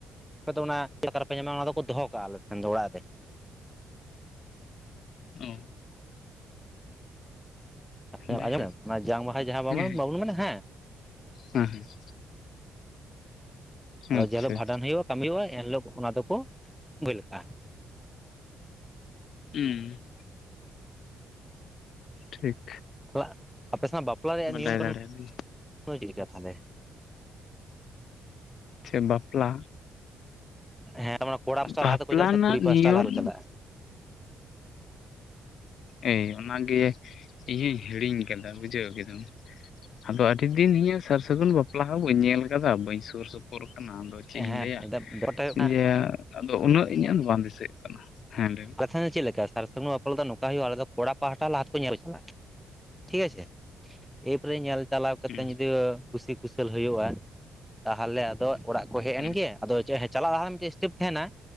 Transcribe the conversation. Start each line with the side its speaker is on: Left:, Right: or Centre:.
Centre: <unintelligible> ᱫᱚ ᱚᱱᱟ ᱪᱮᱫᱠᱟ ᱨᱮᱯᱮ ᱧᱟᱢᱟ ᱚᱱᱟ ᱫᱚᱠᱚ ᱫᱚᱦᱚ ᱠᱟᱜᱼᱟ ᱟᱞᱮᱥᱮᱱ ᱫᱚ ᱚᱲᱟᱜ ᱨᱮ ᱾
Left: ᱚ
Centre: <inaudible>
Left: ᱡᱟᱭᱦᱳᱠ
Centre: ᱚᱱᱟ ᱡᱟᱝ ᱵᱟᱦᱟ ᱡᱟᱦᱟᱸ ᱵᱟᱵᱚᱱ
Left: ᱦᱮᱸ
Centre: ᱢᱮᱱᱟ ᱦᱮᱸ
Left: ᱦᱮᱸ
Centre: <inaudible>
Left: ᱟᱪᱪᱷᱟ
Centre: ᱡᱤᱞᱳᱜ ᱵᱷᱟᱸᱰᱟᱱ ᱦᱩᱭᱩᱜᱼᱟ <unintelligible> ᱮᱱᱦᱤᱞᱳᱜ ᱚᱱᱟ ᱫᱚᱠᱚ ᱵ ᱠᱟᱜᱼᱟ
Left: ᱦᱩᱸ ᱴᱷᱤᱠ
Centre: ᱟᱜ ᱟᱯᱮ ᱥᱮᱱᱟᱜ ᱵᱟᱯᱞᱟ ᱨᱮᱭᱟᱜ
Left: ᱵᱟᱰᱟᱭ
Centre: ᱱᱤᱭᱚᱢ <inaudible>
Left: ᱫᱟᱲᱮᱭᱟᱫᱟᱹᱧ
Centre: ᱪᱮᱫᱠᱟ ᱛᱟᱦᱚᱞᱮ
Left: ᱥᱮ ᱵᱟᱯᱞᱟ
Centre: ᱦᱮᱸ ᱠᱚᱲᱟ ᱯᱟᱥᱴᱟ
Left: ᱵᱟᱯᱞᱟ
Centre: ᱞᱟᱦᱟ ᱛᱮᱠᱚ ᱪᱟᱞᱟᱜᱼᱟ
Left: ᱨᱮᱱᱟᱜ
Centre: ᱥᱮ ᱠᱩᱲᱤ ᱯᱟᱥᱴᱟ
Left: ᱱᱤᱭᱚᱢ
Centre: ᱞᱟᱦᱟ ᱠᱚ ᱪᱟᱞᱟᱜᱼᱟ
Left: ᱮᱭ ᱚᱱᱟᱜᱮ ᱤᱧᱤᱧ ᱦᱤᱲᱤᱧ ᱠᱟᱫᱟ ᱵᱩᱡᱷᱟᱹᱣ ᱠᱮᱫᱟᱢ ᱟᱫᱚ ᱟᱹᱰᱤ ᱫᱤᱱ ᱤᱧᱤᱭᱟᱹ ᱥᱟᱨ ᱥᱟᱹᱜᱩᱱ ᱵᱟᱯᱞᱟ ᱦᱚᱸ ᱵᱟᱹᱧ ᱧᱮᱞ ᱟᱠᱟᱫᱟ ᱵᱟᱹᱧ ᱥᱩᱨ ᱥᱩᱯᱩᱨ ᱟᱠᱟᱱᱟ ᱟᱫᱚ ᱪᱮᱫ
Centre: ᱦᱮᱸ
Left: ᱤᱧ ᱞᱟᱹᱭᱟ
Centre: ᱵᱮᱯᱟᱨᱴᱟ ᱦᱩᱭᱩᱜ ᱠᱟᱱᱟ
Left: ᱤᱭᱟᱹ ᱟᱫᱚ ᱩᱱᱟᱹᱜ ᱤᱧᱟᱹᱜ ᱫᱚ ᱵᱟᱝ ᱫᱤᱥᱟᱹᱭ ᱠᱟᱱᱟ ᱦᱮᱸ ᱞᱟᱹᱭ ᱵᱤᱱ
Centre: <unintelligible> ᱪᱮᱫ ᱞᱮᱠᱟ ᱥᱟᱨᱥᱟᱹᱜ ᱵᱟᱯᱞᱟᱫᱟ ᱱᱚᱝᱠᱟ ᱦᱩᱭᱩᱜᱼᱟ ᱟᱞᱮ ᱫᱚ ᱠᱚᱲᱟ ᱯᱟᱦᱴᱟ ᱞᱟᱦᱟ ᱛᱮ ᱠᱚ ᱧᱮᱞ ᱪᱟᱞᱟᱜᱼᱟ ᱴᱷᱤᱠ ᱟᱪᱷᱮ ᱮᱯᱨᱮ ᱧᱮᱞ ᱪᱟᱞᱟᱣ ᱠᱟᱛᱮᱫ
Left: ᱦᱩᱸ
Centre: <unintelligible> ᱠᱩᱥᱤ ᱠᱩᱥᱟᱹᱞ ᱦᱩᱭᱩᱜᱼᱟ ᱛᱟᱦᱚᱞᱮ ᱟᱫᱚ ᱚᱲᱟᱜ ᱠᱚ ᱦᱮᱡ
Left: ᱦᱩᱸ
Centre: ᱮᱱ ᱜᱮ ᱟᱫᱚ ᱪᱮᱫ ᱦᱮ ᱪᱟᱞᱟᱜ ᱞᱟᱦᱟ ᱨᱮ <unintelligible> ᱛᱟᱦᱮᱱᱟ